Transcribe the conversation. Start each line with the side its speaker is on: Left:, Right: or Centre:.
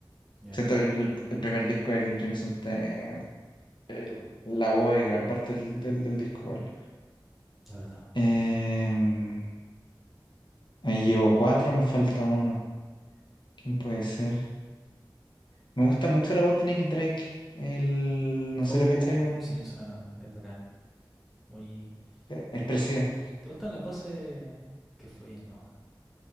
Centre: Ya,
Left: Siento que el, el- el primer disco de King Crimson tiene el- la voz es gran parte del, del- del disco. igual.
Centre: la verdad.
Left: Em, ahí llevo cuatro, me falta uno. ¿Quién puede ser? Me gusta mucho la voz de Nick Drake. El, no sé
Centre: Oh,
Left: si lo que está ahí un
Centre: sí, suena, es bacán. Muy.
Left: eh, expresiva.
Centre: ¿Tú- ¿Te gustan las voces que fluyen nomás?